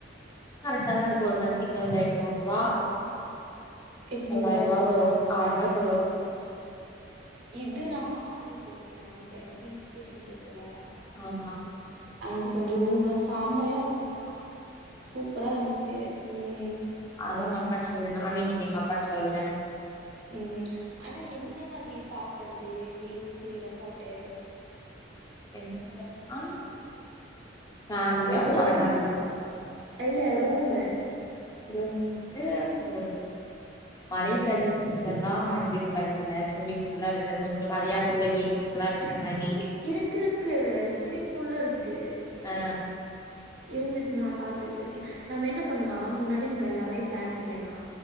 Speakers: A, on the left; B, on the right.
A: கரெக்டா தா இருக்கு ஒரு மந்தி <unintelligible> எட்நூற் ரூபா
B: எட்நூறு
A: தொள்ளாய்ரூபா
B: ரூவாவா
A: வரும் ஆயரபாய்க்குள்ள வரும்
B: இது நா பாத்து வெச்சிருக்கே அந்த அந்த ஹில் ஸ்டேஷன் இருக்குல
A: ஆமா
B: அங்க கொஞ்ச ரூம்லா செம்மையா இருக்கு ஆனா சூப்பரா இருந்துச்சு ம்
A: அதலா உங் அப்பா சொல்லு நானு எங்க அப்பாட்ட சொல்ற
B: ம் ஆனா எந்த மாரி பாக்கறது பீச்சி ரெசாட்டு
A: எந்த மாரினா ஃபேமிலியா
B: சொல்லுங்க
A: போற மாதிரி
B: இல்ல ரூமு
A: ரூம் வன்டு மலை பிரதேசத்துலல்லா இது இருக்காதுல்ல ஸ்விமிங் பூல்லா இருக்காது கொஞ்ச வெளையாட்டு உள்ள கேம்ஸ் நல்லா இருக்கற மாரி
B: இருக்கு இருக்கு ஸ்விம்மிங் பூல்லா இருக்கு
A: ஆ
B: இருந்துச்சு நா பாத்து வெச்சிருக்கே நம்ம என்ன பண்லா முன்னாடி நம்ம எல்லாமே பிளான் பண்ணிலா